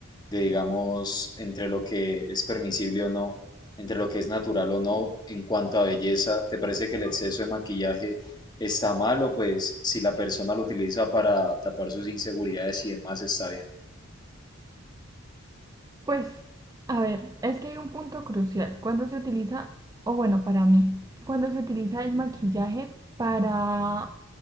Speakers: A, on the left (about 20°); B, on the right (about 15°).
A: de, digamos, entre lo que es permisible o no, entre lo que es natural o no, en cuanto a belleza, ¿te parece que el exceso de maquillaje está mal o pues si la persona lo utiliza para tapar sus inseguridades y demás está bien?
B: Pues, a ver, es que hay un punto crucial. Cuando se utiliza, o bueno, para mí, cuando se utiliza el maquillaje para,